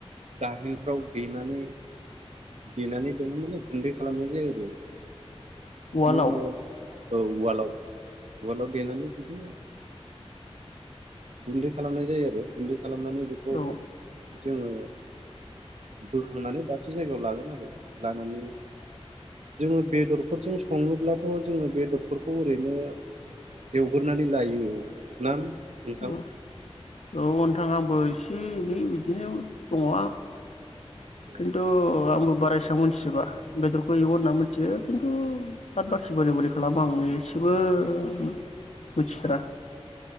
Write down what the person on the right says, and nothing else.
गाहेनफ्राव देनानै देनानै देनो माने गुन्दै खालामनाय जायो आरो
बिनि उनाव औ उवालाव उवालाव देनानै बिदिनो गुन्दै खालामनाय जायो आरो गुन्दै खालामनानै बेखौह
जोङो बोखांनानै दाबसे जायगायाव लागोन आरो लानानै जोङो बेदरफोरजों सङोब्लाथ' जोङो बेदरफोरखौ ओरैनो एवग्रोनानै लायो ना नोंथां
औ